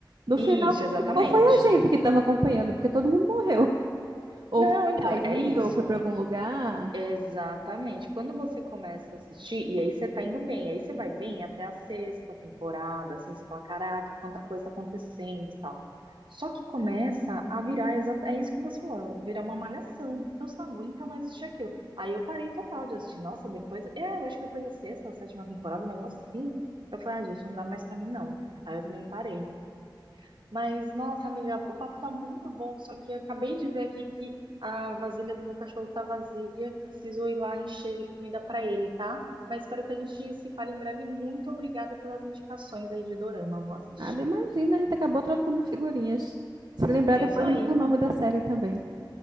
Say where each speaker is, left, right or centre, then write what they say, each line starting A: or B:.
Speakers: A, on the right; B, on the right.
A: No
B: Isso,
A: final,
B: exatamente.
A: quem ficou foi a gente que estava acompanhando, porque todo mundo morreu. Ou
B: Não, então,
A: saiu,
B: é isso.
A: ou foi para algum lugar.
B: Exatamente. Quando você começa a assistir, e aí você tá indo bem, aí você vai bem até a sexta temporada, assim, você fala, caraca, quanta coisa tá acontecendo e tal. Só que começa a virar, exata- é isso que você falou, virar uma malhação. Então você não aguenta mais assistir aquilo. Aí eu parei total de assistir. Nossa, depois, é, eu acho que depois da sexta, a sétima temporada, um negócio assim, eu falei, ah, gente, não dá mais pra mim, não. Aí eu também parei. Mas, nossa, amiga, o papo tá muito bom, só que eu acabei de ver aqui que a vasilha do meu cachorro tá vazia, preciso ir lá encher de comida pra ele, tá? Mas espero que a gente se fale em breve. Muito obrigada pelas indicações aí de Dorama, eu vou assistir.
A: Nada, imagina, a gente acabou trocando figurinhas. Se lembrar,
B: É
A: depois
B: isso aí,
A: manda o nome da série também.